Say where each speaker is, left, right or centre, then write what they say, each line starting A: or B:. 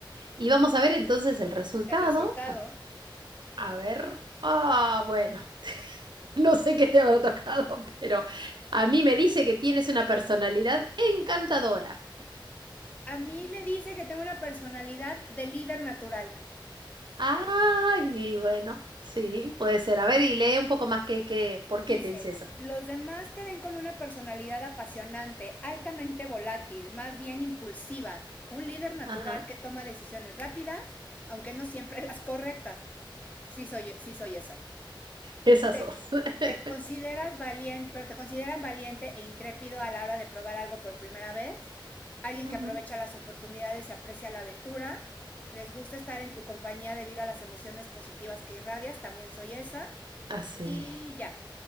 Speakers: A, on the right; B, on the left.
A: Y vamos a ver entonces el resultado.
B: el resultado.
A: A ver. Ah, bueno, <laughs> no sé qué te habrá tocado, <laughs> pero a mí me dice que tienes una personalidad encantadora.
B: A mí me dice que tengo una personalidad de líder natural.
A: Ah, y bueno, sí, puede ser. A ver, y lee un poco más que, que, ¿por
B: Dice,
A: qué te dice eso?
B: los demás te ven con una personalidad apasionante, altamente volátil, más bien impulsiva, un líder natural
A: Ajá,
B: que toma decisiones rápidas, aunque no siempre <laughs> las correctas. Sí soy, sí soy esa.
A: esas
B: Te,
A: dos. <laughs>
B: te consideras valiente, pero te consideran valiente e intrépido a la hora de probar algo por primera vez, alguien
A: Ujú.
B: que aprovecha las oportunidades y aprecia la aventura. Les gusta estar en tu compañía debido a las emociones positivas que irradias, también soy esa.
A: Así.
B: Y ya.